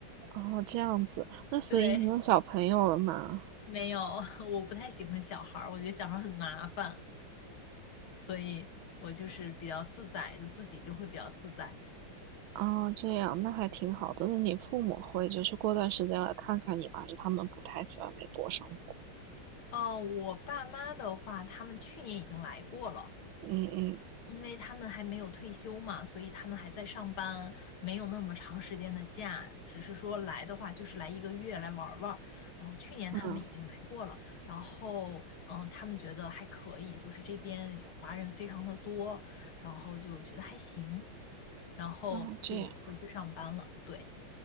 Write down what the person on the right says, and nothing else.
哦，这样子，那所以你有小朋友了吗？
哦，这样，那还挺好的。那你父母会就是过段时间来看看你吗？就是他们不太喜欢美国生活？
嗯嗯
嗯
啊，这样。